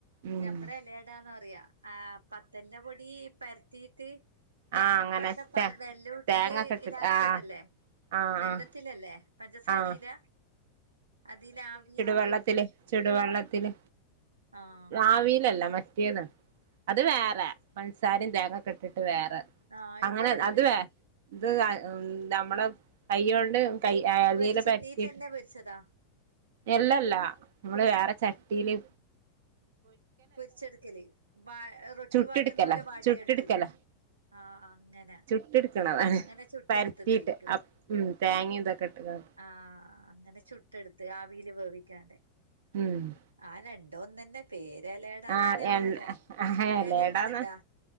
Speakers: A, on the right; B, on the right.
A: ഉം
B: ഞമ്മള് എലയടാന്നറിയാ. ആഹ് പത്തൽന്റെ പൊടി പരത്തീറ്റ് തേങ്ങപ്പണ്ടം
A: ആഹ് അങ്ങനെ
B: പ
A: ത
B: വെല്ലൂ ഇട്ടിട്ട്
A: തേങ്ങക്കെ ഇട്ടിട്ട്
B: ഇതാക്കിയതല്ലേ?
A: ആഹ് ആഹ്
B: വെല്ലത്തിലല്ലേ?
A: ആഹ്
B: പഞ്ചസാരീല?
A: ആഹ്
B: അതിലാവീല്
A: വെള്ളത്തില് ചെടുവള്ളത്തില്.
B: ആഹ്
A: ആവീലല്ല മറ്റേതാ. അത് വേറെ, പൻസാരിം തേങ്ങൊക്കെ ഇട്ടിട്ട് വേറെ.
B: ആഹ്
A: അങ്ങനെ
B: ഇതേതാ
A: അത്
B: പിന്നെ
A: വേ ഇത് നമ്മളെ കയ്യോണ്ട് കൈ അതീല്
B: വെളിച്ചെണ്ണീ
A: പരത്തീട്ട്
B: തന്നെ പൊരിച്ചതാ?
A: എല്ലല്ലാ. നമ്മള് വേറെ ചട്ടീല്
B: പൊരിച്ചെടുക്കല്. വ റൊട്ടി
A: ചുട്ടെടുക്കല
B: വാട്ട്ന്ന പോലെ വാട്ടിയെട്ത്തത്.
A: ചുട്ടെടുക്കല
B: ആഹ് അങ്ങനെ.
A: ചുട്ടെടുക്കണതാണ്
B: അങ്ങനെ ചുട്ടെട്ത്തതേരിക്കൂ.
A: പരത്തിയിട്ട് ഉം തേങ്ങ ഇതൊക്കെ ഇട്ട്കാണ്ട്
B: ആഹ് അങ്ങനെ ചുട്ടെട്ത് ത്ത് ആവീല് വേവിക്കാണ്ടെ.
A: മ്മ്.
B: ആഹ് രണ്ടു ഒന്നെന്നെ. പേര് എലയടാന്നെന്നല്ലേ
A: ആഹ് എണ്ണ
B: വരാ.
A: ആഹ് എലേടാന്ന്
B: എലയിട്ന്ന്ണ്ടാ?